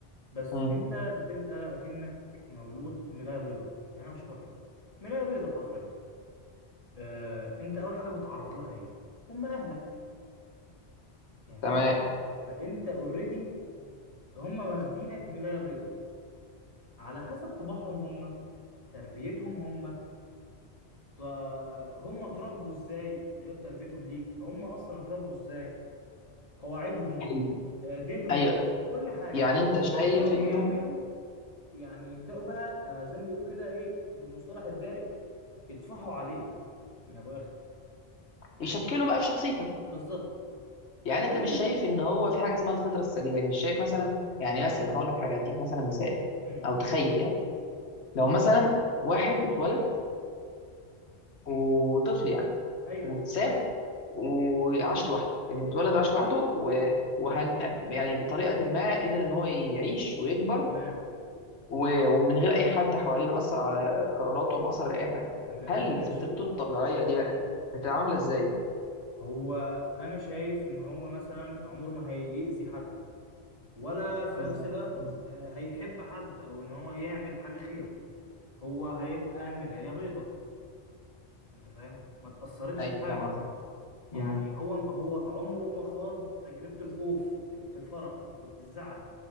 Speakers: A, on the left; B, on the left.
A: بس
B: امم
A: انت بتبقى اكنك مولود ملاية بيضة يعني انا بشوفها كده ملاية بيضة حرفيا آه، انت اول حاجة بتتعرض لها ايه هم اهلك يعني
B: تمام
A: فانت اوريدي هم واخدينك ملاية بيضة على حسب طباعهم هم تربيتهم هم ط- هم اتربوا ازاي غير تربيتهم ليك هم اصلا اتربوا ازاي قواعدهم
B: حلو
A: آه، دينهم
B: ايوه
A: كل حاجة
B: يعني انت شايف
A: يبدأوا
B: انه
A: يعملوا يعني يبدأوا بقى آه، زي ما بيقولوا كده ايه بالمصطلح الدارج يطفحوا عليك من ابو اخر
B: يشكله بقى في شخصيتك
A: بالظبط
B: يعني
A: لكن
B: انت مش شايف ان هو في حاجه اسمها الفطره السليمه يعني مش شايف مثلا يعني مثلا هقول لك حاجه اديك مثلا مثال
A: امم
B: او تخيل يعني لو مثلا واحد اتولد وطفل يعني
A: ايوه
B: واتساب
A: أيوة.
B: وعاش لوحده يعني اتولد وعاش لوحده و... وهن... يعني بطريقه ما قدر ان هو يعيش ويكبر
A: تمام
B: و- ومن غير اي حد حواليه مأثر على قراراته ومأثر على اي حاجه
A: تمام
B: هل
A: ماشي
B: فطرته الطبيعيه دي بقى هتعامله ازاي
A: هو انا شايف ان هو مثلا عمره ما هيأذي حد ولا في
B: بالظبط
A: نفس الوقت
B: مم.
A: آه، هيحب حد او ان هو يعمل حاجه خير هو هيبقى ملايه بيضه انت فاهم ما تاثرتش
B: ايوه
A: بحاجه
B: فاهم قصدك
A: يعني
B: مم.
A: هو هو عمره ما خاض تجربه الخوف تجربه الفرح تجربه الزعل